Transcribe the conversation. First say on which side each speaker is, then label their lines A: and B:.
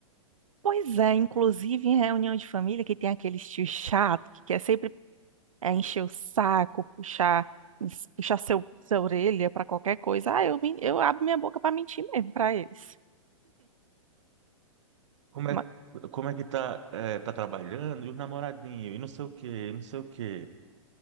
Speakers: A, on the right; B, on the right.
A: Pois é, inclusive em reunião de família que tem aquele tio chato que quer sempre é, encher o saco, puxar, puxar seu, sua orelha pra qualquer coisa. Ah, eu, men- eu abro minha boca pra mentir mesmo pra eles.
B: Como
A: Ma-
B: é, como é que tá, é, tá trabalhando, e os namoradinhos, e não sei o quê, e não sei o quê.